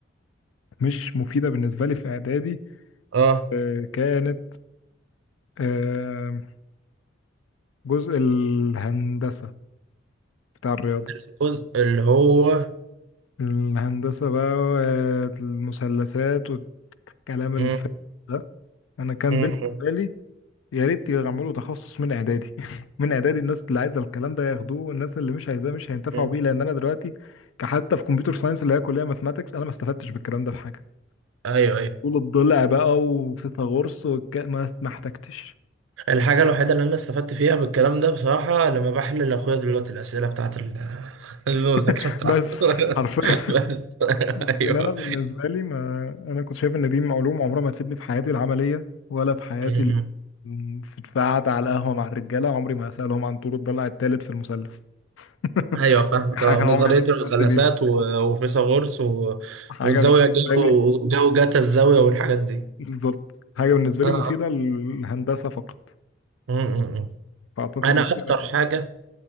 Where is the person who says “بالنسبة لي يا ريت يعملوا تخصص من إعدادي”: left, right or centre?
Left